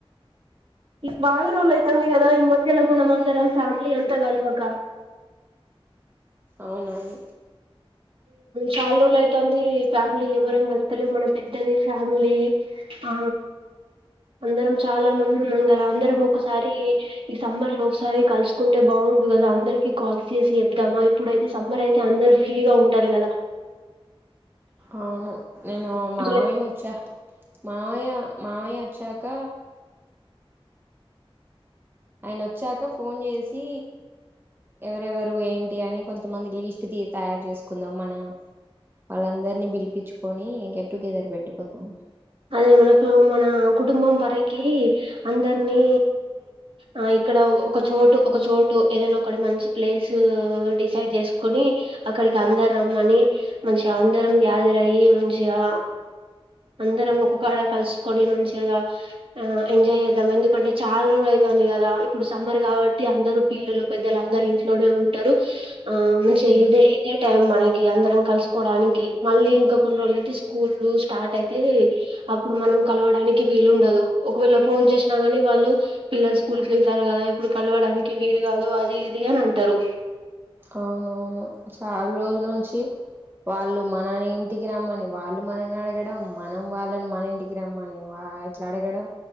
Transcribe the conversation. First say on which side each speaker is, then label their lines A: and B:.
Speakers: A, on the right; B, on the right.
A: మా విరోల్ అయితంది కదా ఈ మధ్యలో మనం అందరం ఫ్యామిలీ అంత కల్వాక
B: అవునవును
A: చాలా రోజులవుతాంది ఫ్యామిలీ ఎవరం కలుత్తలేదు మన పెద్దది ఫ్యామిలీ ఆ అందరం చాలా మంది ఉన్నాం కదా అందరం ఒకసారి ఈ సమ్మర్ లో ఒకసారి కలుసుకుంటే బాగుండు కదా అందరికి కాల్స్ చేసి చెద్దామా ఇప్పుడుయితే సమ్మర్ అయితే అందరు ఫ్రీగా ఉంటారు కదా
B: అవును నేను
A: పిల్ల
B: మామయ్య వచ్చా మావయ్య మావయ్య వచ్చాక ఆయన వచ్చాక ఫోన్ చేసి ఎవరెవరు ఏంటి అని కొంతమంది లీస్ట్ తీ తయారు చేసుకుందాం మన వాళ్ళందరినీ పిలిపించుకొని గెట్టుగెదర్ పెట్టుకుందాం
A: అదే మన మన కుటుంబం వరకి అందరినీ ఆ ఇక్కడ ఒక చోటు ఒక చోటు ఏదైనా ఒకటి మంచి ప్లేస్ డిసైడ్ చేసుకుని అక్కడికి అందరు రమ్మని మంచిగా అందరం గ్యాదర్ అయ్యి మంచిగా అందరం ఒక కాడ కలుసుకొని మంచిగా ఎంజాయ్ చేద్దాం ఎందుకంటే చాలా రోజులు అవుతన్ది కదా దా ఇప్పుడు సమ్మర్ కాబట్టి అందరు పిల్లలు పెద్దలు అందరు ఇంట్లోనే ఉంటారు ఆ మంచి
B: ఉ
A: ఇదే ఇదే టైమ్ మనకి అందరం కలుసుకోవడానికి మళ్లీ ఇంకా కొన్ని రోజులు అయితే స్కూల్ స్టార్ట్ అయి తే అప్పుడు మనం కలవడానికి వీలుండదు ఒకవేళ ఫోన్ చేసినా కానీ వాళ్ళు పిల్లలు స్కూ స్కూల్కి వెళ్తారు కదా ఇప్పుడు కలవడానికి వీలు కాదు అది ఇది అని అంటారు
B: అవునవును చాలా రోజుల నుంచి వాళ్ళు మనని ఇంటికి రమ్మని వాళ్ళు మనని అడగడం మనం వాళ్ళని మన ఇంటికి రమ్మని వా అట్లా అడగడం